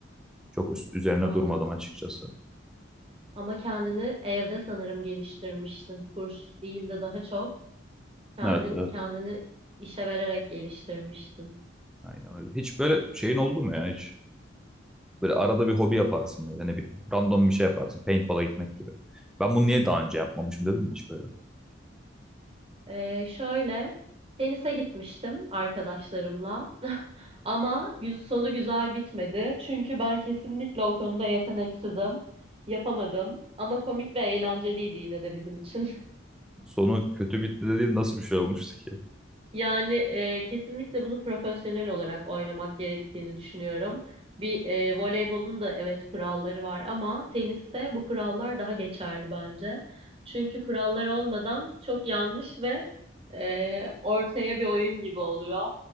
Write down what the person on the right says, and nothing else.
anladım.
Ama kendini evde sanırım geliştirmişsin. Kurs değil de daha çok kendin
kendini işe vererek geliştirmişsin.
Ee, şöyle tenise gitmiştim arkadaşlarımla <laughs> ama gü- sonu güzel bitmedi çünkü ben kesinlikle o konuda yeteneksizim yapamadım ama komik ve eğlenceliydi yine de bizim için. <laughs>
Yani e, kesinlikle bunu profesyonel olarak oynamak gerektiğini düşünüyorum. Bir e, voleybolun da evet kuralları var ama teniste bu kurallar daha geçerli bence. Çünkü kurallar olmadan çok yanlış ve e, ortaya bir oyun gibi oluyor.